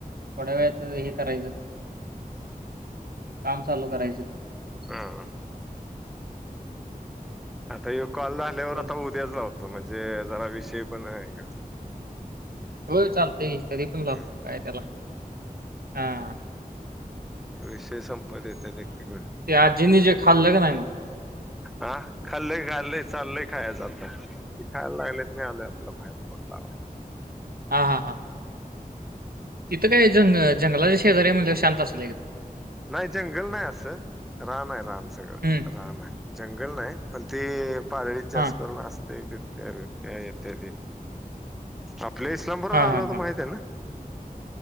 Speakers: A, on the right (about 80°); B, in the centre.
A: थोड्या वेळात हे करायचं काम चालू करायचं.
B: हं, आता ह्यो कॉल झाल्यावर
A: हं,
B: आता उद्याच लावतो म्हणजे जरा विषय पण नाय हे ह्याच.
A: होय चालतंय च तरी पण लाव
B: हम्म
A: काय त्याला, हा
B: विषय संपवता येतात एक- एक क.
A: ते आजीनी जे खाल्लंग का नाही मग?
B: हा, खालंय- खालंय चालले खायाच आता. ति खायला लागलेत नाही, आले आपलं बाहेर फोन लावायला
A: हा हा हां
B: हम्म
A: तिथं काय जंग जंगलाच्या शेजारी म्हणल्यावर शांत असणार
B: नाही जंगल नाही, असं राणा आहे, राण, सगळं
A: हं.
B: रान आहे जंगल नाही पण ते पारळीत जास्त
A: हां.
B: करून असते त्या त्या येत ते आपल्या इस्लामपुरात
A: हां,
B: आलं
A: हां,
B: होत
A: हां.
B: माहित आहे ना